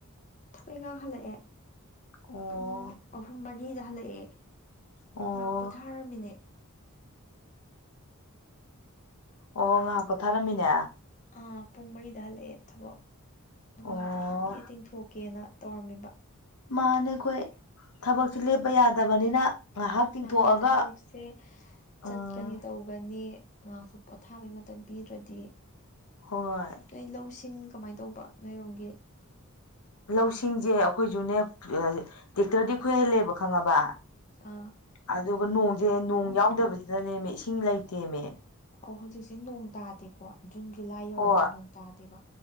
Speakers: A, on the left (about 35°); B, on the left (about 85°).
A: ꯊꯕꯛꯏ ꯏꯒꯥꯡ ꯍꯜꯂꯛꯑꯦ
B: ꯑꯣ
A: ꯄꯨꯡ ꯑꯍꯨꯝ ꯃꯔꯤꯗ ꯍꯜꯂꯛꯑꯦ
B: ꯑꯣ
A: ꯉꯍꯥꯛ ꯄꯣꯊꯥꯔꯝꯃꯤꯅꯦ
B: ꯑꯣ ꯉꯥꯏꯍꯥꯛ ꯄꯣꯊꯥꯔꯝꯃꯤꯅꯦ
A: ꯑꯥ ꯄꯨꯡ ꯃꯔꯤꯗ ꯍꯜꯂꯛꯑꯦ ꯊꯕꯛ ꯉꯍꯥꯛꯇ
B: ꯑꯣ
A: ꯍꯤꯠꯀꯦ ꯇꯤꯡꯊꯣꯛꯀꯦꯅ ꯇꯧꯔꯝꯃꯤꯕ
B: ꯃꯥꯅꯦ ꯑꯩꯈꯣꯏ ꯊꯕꯛꯁꯦ ꯂꯦꯞꯄ ꯌꯥꯗꯕꯅꯤꯅ ꯉꯥꯏꯍꯥꯛ ꯇꯤꯡꯊꯣꯛꯑꯒ
A: ꯃꯥꯅꯦ ꯊꯕꯛꯁꯦ ꯆꯠꯀꯅꯤ
B: ꯎꯝ
A: ꯇꯧꯕ ꯒꯅꯤ ꯉꯍꯥꯛꯁꯨ ꯄꯣꯊꯥꯕꯩ ꯃꯇꯝ ꯄꯤꯗ꯭ꯔꯗꯤ
B: ꯍꯣꯏ
A: ꯅꯣꯏ ꯂꯧꯁꯤꯡ ꯀꯃꯥꯏꯅ ꯇꯧꯕ ꯅꯣꯏꯔꯣꯝꯒꯤ
B: ꯂꯧꯁꯤꯡꯖꯦ ꯑꯩꯈꯣꯏꯁꯨꯅꯦ ꯇꯦꯛꯇꯔꯗꯤ ꯈꯣꯏꯍꯜꯂꯦꯕ ꯈꯪꯉꯕ
A: ꯑꯥ
B: ꯑꯗꯨꯒ ꯅꯣꯡꯖꯦ ꯅꯣꯡ ꯌꯥꯎꯗꯕꯁꯤꯗꯅꯦꯃꯦ ꯏꯁꯤꯡ ꯂꯩꯇꯦꯃꯦ
A: ꯑꯧ ꯍꯧꯖꯤꯛꯁꯦ ꯅꯣꯡ ꯇꯥꯗꯦꯀꯣ ꯖꯨꯟ ꯖꯨꯂꯥꯏ ꯌꯧꯔꯁꯦ
B: ꯍꯣꯏ
A: ꯅꯣꯡ ꯇꯥꯗꯦꯕ